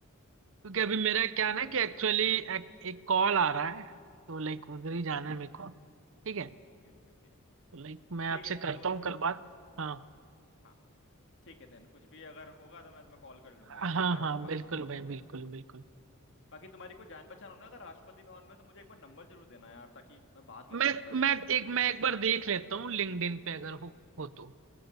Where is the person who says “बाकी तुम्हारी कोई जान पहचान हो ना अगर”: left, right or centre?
Left